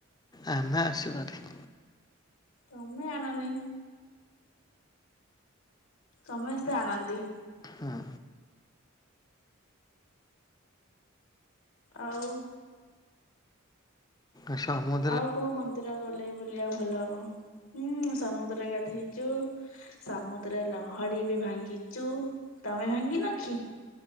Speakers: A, on the left; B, on the left.
A: ଆମେ ଆସି ପାର
B: ତମେ ଆଣନି, ସମସ୍ତେ ଆଣନ୍ତି।
A: ହଁ
B: ଆଉ
A: ସମ
B: ଆଉ କୋଉ ମନ୍ଦିର ଗଲେ ବୁଲିବାକୁ ଭଲ ହବ। ହୁଁ, ସମୁଦ୍ର ରେ ଗଧେଇଚୁ ସମୁଦ୍ର ଲହଡି ବି ଭାଙ୍ଗିଚୁ। ତମେ ଭାଙ୍ଗିନ କି?